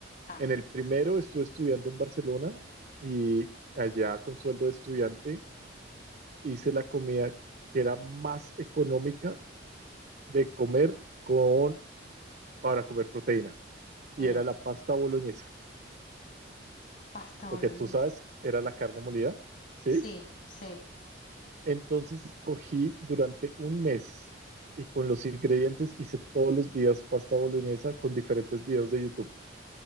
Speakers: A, on the left; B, on the right.
A: Ah.
B: En el primero estuve estudiando en Barcelona y allá con sueldo de estudiante hice la comida que era más económica de comer con, para comer proteína y
A: mm.
B: era la pasta boloñesa,
A: Pasta
B: porque
A: boloñesa.
B: tú sabes, era la carne molida, ¿sí?
A: Sí, sí.
B: Entonces cogí durante un mes y con los ingredientes hice todos los días pasta boloñesa con diferentes videos de YouTube.